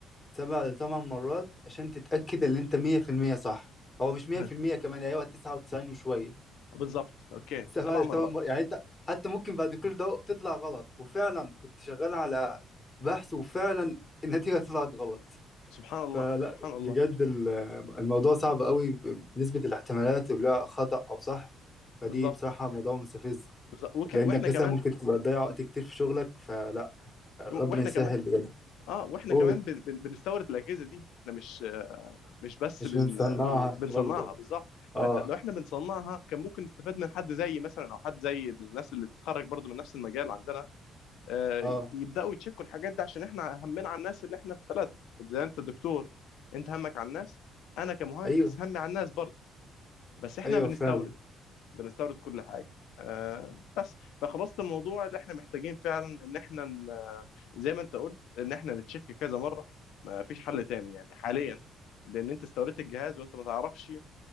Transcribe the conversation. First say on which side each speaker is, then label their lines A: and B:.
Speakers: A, on the left (about 20°); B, on the left (about 80°).
A: سبع لثمان مرات عشان تتأكد ان انت 100% صح هو مش 100%
B: بس
A: كمان ايوه 99 وشوية
B: بالظبط اوكي
A: سبع
B: سبع
A: لثمان
B: مرات
A: مرات يعني انت حتى ممكن بعد كل ده تطلع غلط وفعلا كنت شغال على بحث وفعلا النتيجة طلعت غلط
B: سبحان الله
A: فلا
B: سبحان
A: بجد
B: الله
A: ال- الموضوع صعب قوي بنسبة الاحتمالات اللي هو خطأ او صح فدي
B: بالظبط
A: بصراحة موضوع مستفز
B: بالظبط وك...
A: لأنك
B: واحنا
A: مثلا
B: كمان
A: ممكن تبقى تضيع وقت كتير في شغلك فلا ربنا
B: واحنا
A: يسهل
B: كمان
A: بجد
B: اه واحنا
A: قول
B: كمان بن... بن... بنستورد الاجهزه دي احنا مش آه، مش بس
A: مش
B: بن
A: بنصنعها
B: آه، بنصنعها
A: برضه
B: بالظبط
A: اه
B: فانت لو احنا بنصنعها كان ممكن نستفاد من حد زي مثلا او حد زي الناس اللي بتتخرج برضو من نفس المجال عندنا آه،
A: اه
B: يبداوا يتشكوا الحاجات دي عشان احنا همنا على الناس اللي احنا في بلدنا زي انت دكتور انت همك على الناس انا كمهندس
A: ايوه
B: همي على الناس برضو بس احنا
A: ايوه
B: بنستورد
A: فعلا
B: بنستورد كل حاجه آه بس فخلاصه الموضوع اللي احنا محتاجين فعلا ان احنا ن- زي ما انت قلت ان احنا نتشيك كذا مره ما فيش حل تاني يعني حاليا لان انت استوردت الجهاز وانت ما تعرفش